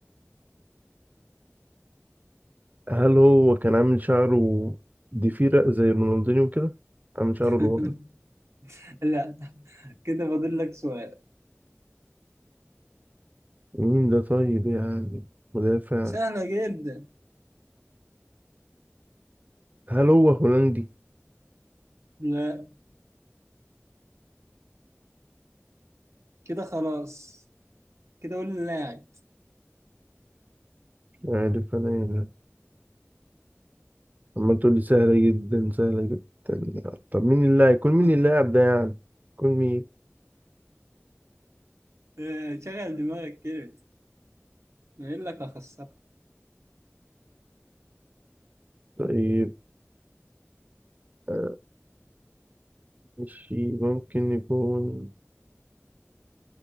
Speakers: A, on the right; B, on the right.
A: هل هو كان عامل شعره ضفيرة زي رونالدينيو كده عامل شعره
B: <laughs>
A: لورا
B: لا كده فاضل لك سؤال
A: مين ده طيب يعني مدافع
B: سهلة جدا
A: هل هو هولندي
B: لا كده خلاص كده قول اللاعب
A: مش عارف انا يعني. عمال تقول لي سهلة جدا سهلة جدا طب مين اللاعب يكون مين
B: <laughs>
A: اللاعب ده يعني يكون مين
B: إيه، شغل دماغك كده ما يقول لك اخسرك
A: طيب آه، مش ممكن يكون